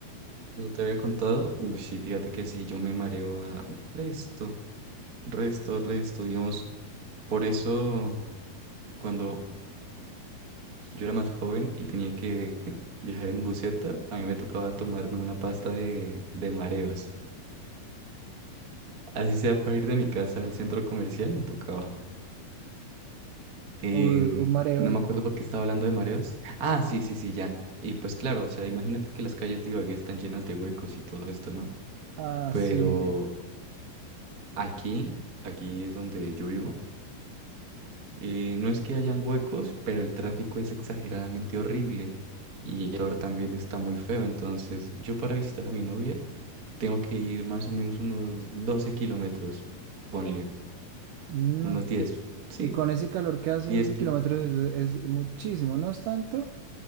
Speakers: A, on the right; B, on the right.
A: ¿No te había contado? Uy, sí, fíjate que sí, yo me mareo a resto, resto, resto, digamos, por eso. Cuando yo era más joven y tenía que viajar en buseta, a mí me tocaba tomarme una pasta de, de mareos. Así sea para ir de mi casa al centro comercial, me tocaba. Em,
B: Uy, un mareol.
A: no me acuerdo por qué estaba hablando de mareos. Ah, sí, sí, sí, ya. Y pues claro, o sea, imagínate que las calles de Ibagué están llenas de huecos y todo esto, ¿no?
B: Ah,
A: Pero
B: sí.
A: aquí, aquí donde yo vivo, Eh, no es que hayan huecos, pero el tráfico es exageradamente horrible y el calor también está muy feo. Entonces, yo para visitar a mi novia tengo que ir más o menos unos 12 kilómetros, ponle,
B: No.
A: unos 10, sí,
B: Y con ese calor que hace
A: 10
B: 12
A: kilómetros.
B: kilómetros es, es muchísimo, no es tanto,